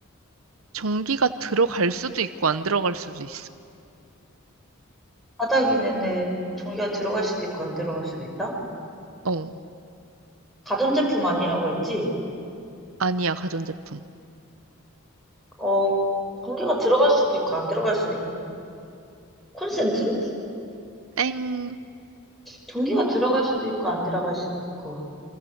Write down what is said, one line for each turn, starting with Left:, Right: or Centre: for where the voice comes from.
Right: 전기가 들어갈 수도 있고 안 들어갈 수도 있어.
Centre: 바닥에 있는데 전기가 들어갈 수도 있고 안 들어갈 수도 있다?
Right: 어.
Centre: 가전제품 아니라고 했지?
Right: 아니야, 가전제품.
Centre: 어, 전기가 들어갈 수도 있고 안 들어갈 수도 있고. 콘센트?
Right: 땡.
Centre: 전기가 들어갈 수도 있고 안 들어갈 수도 있고.